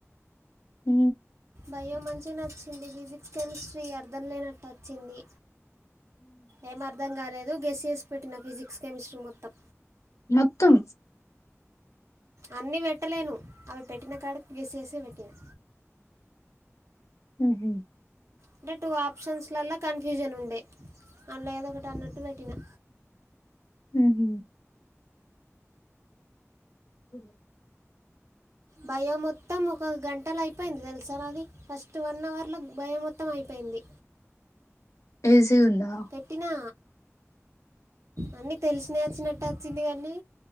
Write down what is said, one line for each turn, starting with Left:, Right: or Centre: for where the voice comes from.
Left: ఉ
Right: బయో మంచిగానే వచ్చింది ఫిజిక్స్ కెమిస్ట్రీ అర్థం లేనట్టు నచ్చింది ఏం అర్థం కాలేదు గెస్యస్ పెట్టిన ఫిజిక్స్ కెమిస్ట్రీ మొత్తం
Left: మొత్తం
Right: అన్నీ పెట్టలేను అవి పెట్టిన కాడకి గేసేసి పెట్టిను
Left: హుహ్
Right: అంటే టూ ఆప్షన్స్లల కన్ఫ్యూజన్ ఉండే అందులో ఏదో ఒకటి అన్నట్టు పెట్టినా
Left: ఉహ్ అ
Right: బయో మొత్తం ఒక గంటల అయిపోయింది తెలుసా నాది ఫస్ట్ వన్ వన్ అవర్ ల బయో మొత్తం అయిపోయింది
Left: ఈజీ ఉందా
Right: పెట్టినా అన్ని తెలిసిన వచ్చినట్టు వచ్చింది కాన్ని